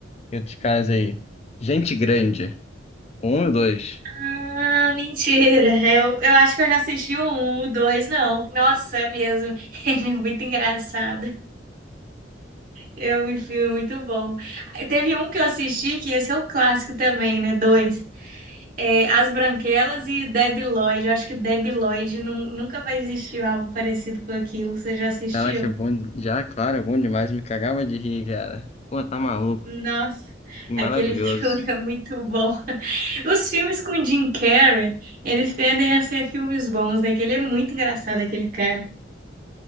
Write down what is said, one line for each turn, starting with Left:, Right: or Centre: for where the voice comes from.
Left: e outros caras aí. Gente Grande. Um e dois.
Right: Ah, mentira. Eu, eu acho que eu já assisti o um, o dois, não. Nossa, é mesmo. <laughs> Ele é muito engraçado. É um filme muito bom. Aí Teve um que eu assisti, que esse é o clássico também, né? Dois. É, As Branquelas e Debi Lloyd. Eu acho que Debi Lloyd nun- nunca vai existir algo parecido com aquilo. Você já assistiu?
Left: Caraca, é bom. Já, claro, é bom demais. Me cagava de rir, cara. Pô, tá maluco.
Right: Nossa,
Left: Que Maravilhoso.
Right: aquele <laughs> filme é muito bom. Os filmes com Jim Carrey, eles tendem a ser filmes bons, né? Que ele é muito engraçado, aquele cara.